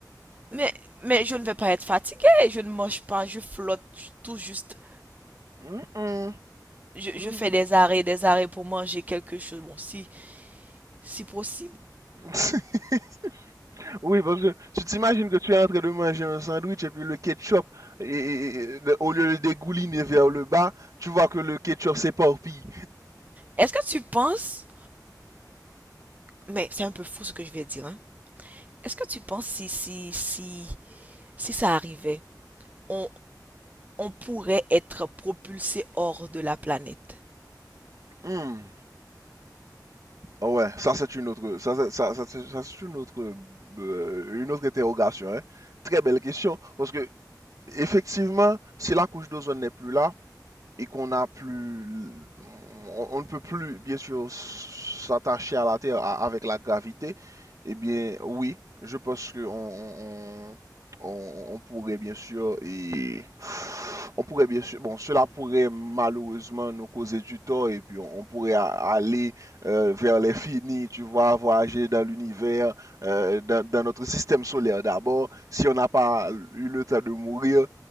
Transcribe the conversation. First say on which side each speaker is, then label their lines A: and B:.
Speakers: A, on the right; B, on the right.
A: Mais, mais je ne vais pas être fatigué. Je ne mange pas, je flotte tout juste.
B: Hum, hum,
A: Je,
B: hum.
A: je fais des arrêts, des arrêts pour manger quelque chose. Bon, si, si possible.
B: <laughs> Oui, parce que tu t'imagines que tu es en train de manger un sandwich et puis le ketchup, et, et- et- de- au lieu de dégouliner vers le bas, tu vois que le ketchup s'éparpille.
A: Est-ce que tu penses, mais c'est un peu fou ce que je vais dire, hein. Est-ce que tu penses si, si, si, si ça arrivait, on, on pourrait être propulsé hors de la planète?
B: Hum. Ah ouais, ça c'est une autre, ça, c'est- ça, ça, c'est- ça, c'est une autre, euh, une autre interrogation, hein? Très belle question, parce que effectivement, si la couche d'ozone n'est plus là, et qu'on n'a plus, on, on ne peut plus, bien sûr, s'attacher à la Terre a- avec la gravité, eh bien, oui, je pense que on, on- on- on pourrait, bien sûr, et on pourrait, bien sûr, bon, cela pourrait malheureusement nous causer du tort, et puis on, on pourrait a- aller euh, vers l'infini, tu vois, voyager dans l'univers, euh, dans, dans notre système solaire d'abord, si on n'a pas eu le temps de mourir